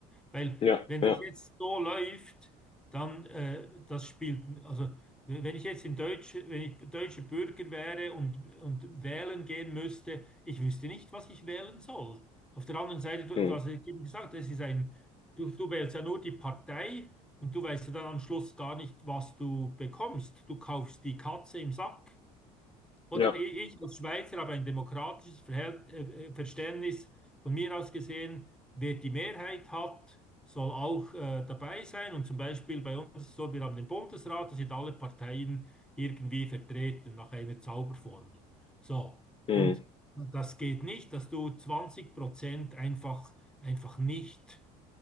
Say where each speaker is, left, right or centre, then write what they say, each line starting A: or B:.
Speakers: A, in the centre; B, on the left.
A: Weil
B: Ja,
A: wenn
B: ja.
A: das jetzt so läuft, dann äh, das spielt, also wenn ich jetzt in Deutsche, wenn ich deutscher Bürger wäre und, und wählen gehen müsste, ich wüsste nicht, was ich wählen soll. Auf der anderen Seite, du,
B: Mhm.
A: du hast ja eben gesagt, es ist ein, du, du wählst ja nur die Partei und du weißt ja dann am Schluss gar nicht, was du bekommst. Du kaufst die Katze im Sack. Oder
B: Ja.
A: i- ich als Schweizer habe ein demokratisches Verhält äh, äh, Verständnis. Von mir aus gesehen, wer die Mehrheit hat, soll auch äh, dabei sein. Und zum Beispiel bei uns ist es so, wir haben den Bundesrat, da sind alle Parteien irgendwie vertreten nach einer Zauberformel. So.
B: Mhm.
A: Und das geht nicht, dass du 20 Prozent einfach, einfach nicht